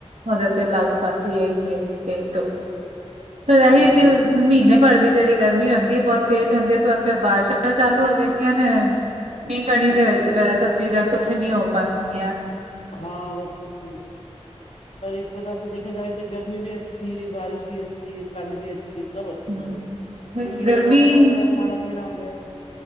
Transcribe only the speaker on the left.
ਹਾਂਜੀ ਹਾਂਜੀ
ਹਮ
ਹਾਂ ਬਹੁਤ ਕੁਛ ਨਹੀਂ ਹੋ ਪਾ। ਪਰ ਇੱਕ ਪ੍ਰਕਾਰ ਦੇਖਾ ਜਾਏ ਤਾਂ ਗਰਮੀ ਵੀ ਅੱਛੀ ਹੈ, ਬਾਰਿਸ਼ ਵੀ ਅੱਛੀ, ਹੈ ਠੰਡ ਵੀ ਅੱਛੀ। ਚੀਜ ਸਭ ਅੱਛਾ
ਹੋਵੇ ਕਿਉਂਕਿ
ਵੱਖਰਾ ਵੱਖਰਾ ਖਾਣਾ ਪੀਣਾ ਹੁੰਦਾ ਹੈ।